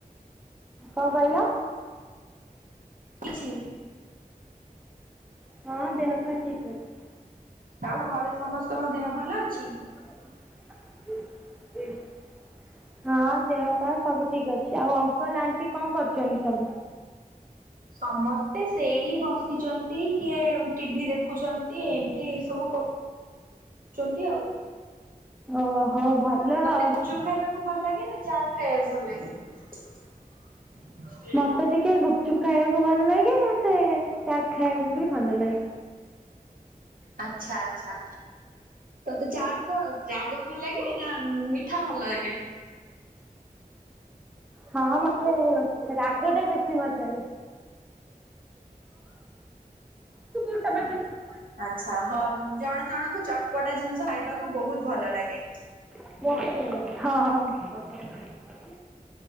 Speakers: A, in the centre; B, on the right (about 70°).
A: କଣ କହିଲ?
B: କିଛି
A: ହଁ ଦେହ ପା ଠିକ ଅଛି।
B: ଆଉ ଘରେ ସମସ୍ତଙ୍କ ଦେହ ଭଲ ଅଛି?
A: <unintelligible> ହଁ ଦେହ ପା ସବୁ ଠିକ୍ ଅଛି, ଆଉ ଅଙ୍କଲ୍, ଆଣ୍ଟି କଣ କରୁଚନ୍ତି ସବୁ?
B: ସମସ୍ତେ ସେଇ ବସିଛନ୍ତି, କିଏ ଟିଭି ଦେଖୁଛନ୍ତି ଏମତି ଏଇ ସବୁ କର ଚନ୍ତି ଆଉ।
A: ଓହୋ ଭଲ
B: ତୋତେ
A: ଆଉ।
B: ଗୁଚୁପ ଖାଇବାକୁ ଭଲ ଲାଗେ ନା ଚାଟ୍ ଖାଇବାକୁ ଭଲ ଲାଗେ? <inaudible>
A: ମୋତେ ଟିକେ ଗୁପଚୁପ୍ ଖାଇବାକୁ ଭଲ ଲାଗେ ତରେ ଚାଟ୍ ଖାଇବାକୁ ବି ଭଲ ଲାଗେ।
B: ଆଚ୍ଛା ଆଚ୍ଛା, ତୋତେ ଚାଟ୍ ତୁ କଣ ରାଗ ଭଲ ଲାଗେ ନା ମିଠା ଭଲ ଲାଗେ?
A: ହଁ, ମୋତେ ରାଗ ଟା ବେଶୀ ଭଲ ଲାଗେ। ତୁ ମ୍ୟିଉଟ୍ ଟା ମାରଦଉନୁ।
B: ଆଚ୍ଛା ହଁ ଜଣ ଜଣଙ୍କୁ ଚଟପଟା ଜିନିଷ ଖାଇବାକୁ ବହୁତ ଭଲ ଲାଗେ।
A: ହଁ।